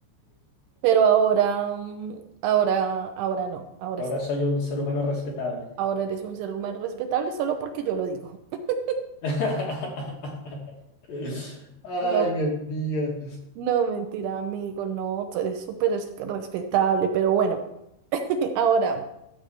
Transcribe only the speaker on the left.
Ahora
soy un ser humano respetable.
<laughs> Ay,
mi amiga.